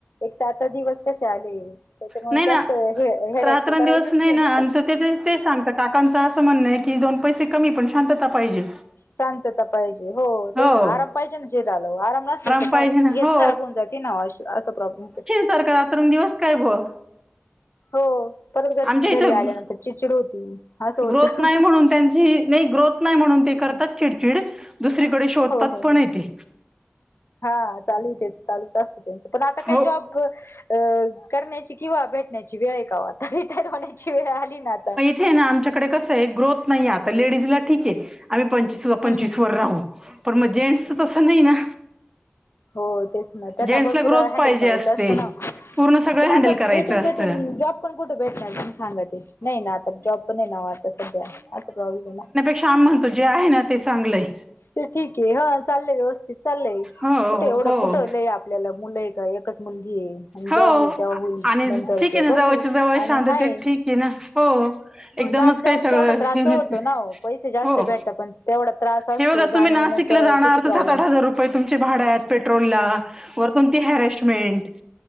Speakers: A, on the left (about 70°); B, on the right (about 15°).
A: एक तर आता दिवस कसे आले, त्याच्यामुळे
B: नाही ना
A: जास्त हे हेडॅकच
B: रात्रंदिवस
A: करायचंच नाही
B: ना आणि
A: का.
B: ते ते सांगतात. काकांचं असं म्हणणं आहे की, दोन पैसे कमी पण शांतता पाहिजे.
A: शांतता पाहिजे हो, तेच
B: हो
A: ना आराम पाहिजे ना जे झालं आराम नसलं तर
B: पाहिजे
A: काय,
B: ना
A: हेल्थ
B: हो
A: खराब होऊन जाते ना अस प्रॉब्लेम होतो.
B: सारख रात्र दिवस काय बुवा.
A: हो परत घर
B: आमच्या इथं
A: घरी आल्यानंतर चिडचिड होती, असं होतं.
B: ग्रोथ नाही म्हणून त्यांची नाही ग्रोथ नाही म्हणून ते करतात,
A: हो
B: चिडचिड दुसरीकडे शोधतात
A: हो
B: पण
A: हो
B: आहे ते.
A: हा चालू तेच चालूच असतं त्यांच पण आता
B: हो
A: काय जॉब. अ करण्याची किंवा भेटण्याची वेळ आहे का, ओ आता रिटायर होण्याची वेळ आली ना आता.
B: ते ना आमच्याकडे कसं आहे ग्रोथ नाही, आता लेडीज ला ठीक आहे. आम्ही पंचवीस पंचवीस
A: हम् हम.
B: वर राहू, पण मग जेंट्स तसं नाही ना.
A: हो तेच ना त्यांना,
B: जेंट्सला
A: भरपूर
B: ग्रोथ
A: हँडल
B: पाहिजे
A: करायचं
B: असते
A: असतं ना.
B: पूर्ण सगळं
A: पण आता
B: हँडल करायचं
A: भेटून
B: असतं
A: भेटून जॉब. कोण कुठे भेटणार सांगा ते नाही ना, आता जॉब पण नाही आता सध्या असा प्रॉब्लेम आहे.
B: श्याम म्हण तू जे आहे ना ते चांगलंय.
A: ते ठीक आहे हा चाललंय व्यवस्थित चाललंय
B: हो
A: कुठे एवढं
B: हो
A: कुठं लय आपल्याला मुलं आहे का एकच. मुलगी आहे आणि
B: हो
A: जेव्हा होईल तेव्हा होईल,
B: आणि
A: नंतरच
B: ठीक आहे
A: बघू
B: ना जवळच्या जवळ
A: आणि
B: शांततेत
A: हाय.
B: ठीक आहे ना हो
A: मग
B: एकदमच
A: लांब जाऊन
B: काही सगळं
A: तेवढा त्रास
B: हे नसते
A: होतो ना, ओ पैसे जास्त
B: हो
A: भेटत पण. तेवढा त्रास. असतो
B: हे बघा
A: जाण्या
B: तुम्ही नाशिकला
A: येण्याचा
B: जाणार
A: किती प्रॉब्लेम
B: तर सात आठ हजार रुपये तुमचे भाड्यात आहेत पेट्रोल ला. वर पण ती हॅरेशमेंट.